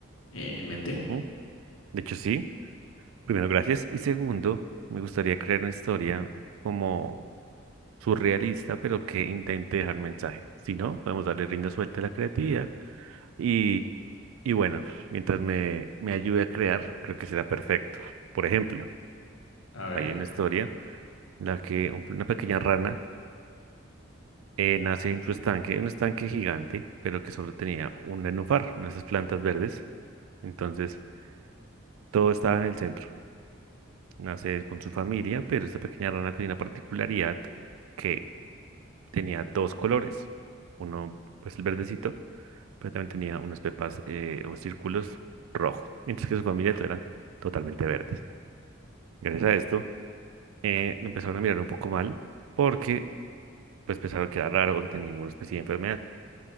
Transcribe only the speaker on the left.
eh, en mente?
A
ver,